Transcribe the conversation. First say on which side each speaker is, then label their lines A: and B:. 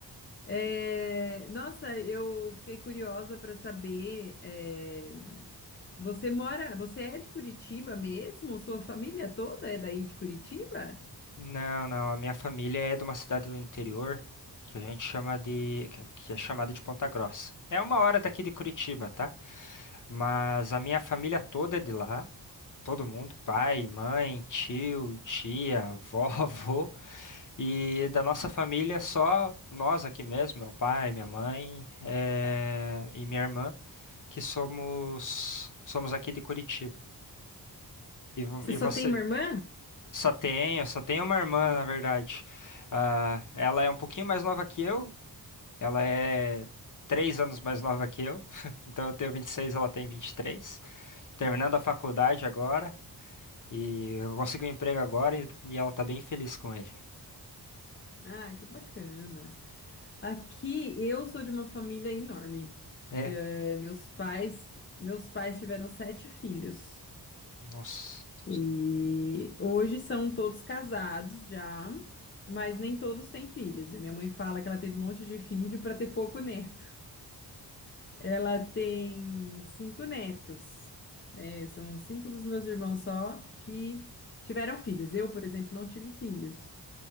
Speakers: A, on the left; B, on the left.
A: É, Nossa, eu fiquei curiosa para saber. é, Você mora, você é de Curitiba mesmo? Sua família toda é daí de Curitiba?
B: Não, não, a minha família é de uma cidade do interior que a gente chama de, que que é chamada de Ponta Grossa. É uma hora daqui de Curitiba, tá? Mas a minha família toda é de lá, todo mundo, pai, mãe, tio, tia, vó, <laughs> avô. E da nossa família, só nós aqui mesmo, meu pai, minha mãe, eh, e minha irmã, que somos somos aqui de Curitiba. E, vo-
A: Você
B: e
A: só
B: você?
A: tem uma irmã?
B: Só tenho, só tenho uma irmã, na verdade. Ah, ela é um pouquinho mais nova que eu. Ela é três anos mais nova que eu. <laughs> Então eu tenho 26, ela tem 23. Terminando a faculdade agora. E eu consegui um emprego agora e, e ela tá bem feliz com ele.
A: Ah, que bacana. Aqui eu sou de uma família enorme.
B: É,
A: É, meus pais, meus pais tiveram sete filhos.
B: nossa.
A: E hoje são todos casados já, mas nem todos têm filhos. E minha mãe fala que ela teve um monte de filho para ter pouco neto. Ela tem cinco netos, né? São cinco dos meus irmãos só que tiveram filhos. Eu, por exemplo, não tive filhos.